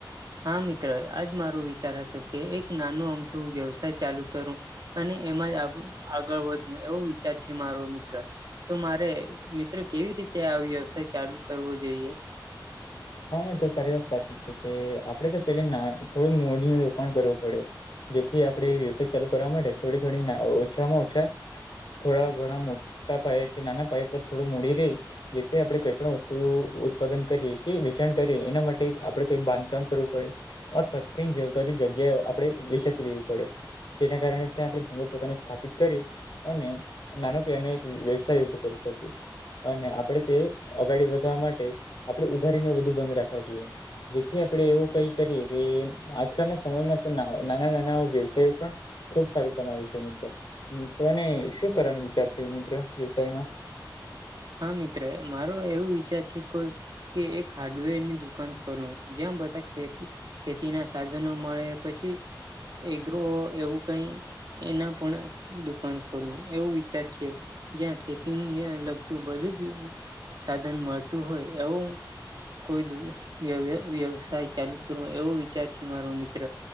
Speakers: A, on the right; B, on the left.
A: હા મિત્ર, આજ મારો વિચાર હતો કે એક નાનું આમ તું વ્યવસાય ચાલુ કરું અને એમાં જ આપણું. આગળ વધવું એવું વિચાર છે મારો મિત્ર. તો મારે મિત્ર કેવી રીતે આ વ્યવસાય ચાલુ કરવો જોઈએ.
B: હા મિત્ર તારી વાત સાચી છે કે, આપડે તો પેલે ના થોડું મોડીનું રોકાણ કરવું પડે. જેથી આપણે વ્યવસાય ચાલુ કરવા માટે થોડી ઘણી ઓછામાં ઓછા. થોડા ઘણા મોટા પાયે કે નાના પાાય પર થોડું મૂડી રહી. જેથી આપડે કઈ પણ વસ્તુ ઉત્પાદન કરીએ. કે વેચાણ કરી એના માટે આપડે કઈ બાંધકામ કરવું પડે. અથવા કઈ બાજુ જગ્યાએ આપડે વેચાતી લેવી પડે. જેના કારણે ત્યાં આપણે ધંધો પોતાનું સ્થાપિત કરી. અને નાનો પ <unintelligible> એનો એક વ્યવસાય ઉભો કરી શકીએ. અને આપણે તે અગાડી વધવા માટે. આપડે ઉધારીને બધું બંધ રાખવા જોઈએ. જેથી આપણે એવું કઈ કરીએ કે આજકાલના સમયમાં તો ના આવે નાના નાના વ્યવસાય પણ. ખુબ સારું કમાયુ છે મિત્ર, તો એને શું કરવાનું વિચારશે મિત્ર વ્યવસાયમાં.
A: હા મિત્ર, મારો એવું વિચાર છે કોઈ. કે એક હાર્ડવેર ની દુકાન ખોલુ જ્યાં બધા ખેત. ખેતીના સાધનો મળે પછી એગ્રો એવું કઈ. એના પણ દુકાન ખોલવું એવો વિચાર છે જ્યાં ખેતીની અલગ. તો બધું જ સાધન મળતું હોય એવું. કોઈ દુ વ્યય-વ્યવસાય ચાલુ કરવો એવો વિચાર છે મારો મિત્ર.